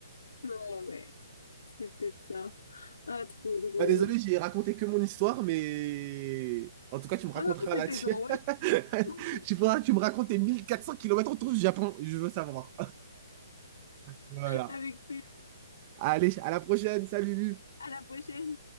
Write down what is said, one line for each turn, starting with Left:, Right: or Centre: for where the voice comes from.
Left: Ah ouais, c'est peut-être ça. Ah, trop drôle.
Right: Bah désolé, j'ai raconté que mon histoire, mais en tout cas, tu me raconteras
Left: Bon, non, mais c'était
Right: la tienne.
Left: drôle.
Right: <laughs>
Left: <laughs>
Right: Tu faudras que tu me racontes tes 1400 kilomètres autour du Japon, je veux savoir. Voilà.
Left: Avec plaisir.
Right: Allez, à la prochaine, salut.
Left: À la prochaine.